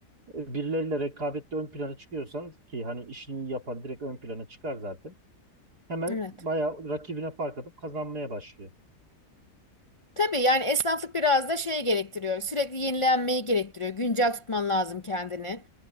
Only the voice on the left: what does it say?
Evet.
Tabii yani esnaflık biraz da şey gerektiriyor. Sürekli yenilenmeyi gerektiriyor. Güncel tutman lazım kendini.